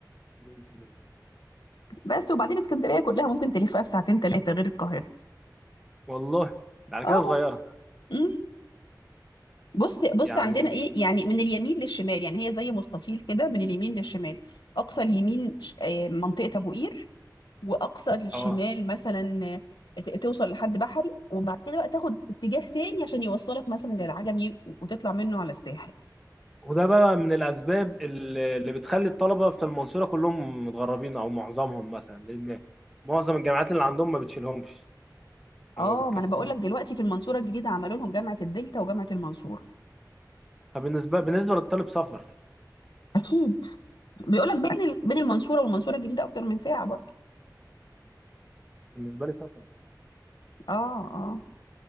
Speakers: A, in the centre; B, on the left (about 80°).
A: بإذن الله
B: بس وبعدين اسكندريه كلها ممكن تلفها في ساعتين ثلاثه غير القاهره
A: والله ده على كده
B: اه
A: صغيرة
B: مم. بص بص
A: يعني
B: عندنا ايه يعني من اليمين للشمال يعني هي زي مستطيل كده من اليمين للشمال اقصى اليمين ش- آه، منطقه ابو قير واقصى الشمال
A: اه
B: مثلا آه، ت- توصل لحد بحري وبعد كده بقى تاخد اتجاه تاني عشان يوصلك مثلا للعجمي وتطلع منه على الساحل
A: وده بقى من الأسباب اللي اللي بتخلي الطلبة في المنصورة كلهم متغربين أو معظمهم مثلا لأن معظم الجامعات اللي عندهم ما بتشيلهمش
B: اه
A: أو ما بتكفيهمش
B: ما انا بقول لك دلوقتي في المنصوره الجديده عملوا لهم جامعه الدلتا وجامعه المنصوره
A: فبالنسبة بالنسبة للطالب سفر
B: اكيد بيقول لك بين ال- بين المنصوره والمنصوره الجديده اكتر من ساعه برضه
A: بالنسبة لي سفر بصراحة.
B: اه اه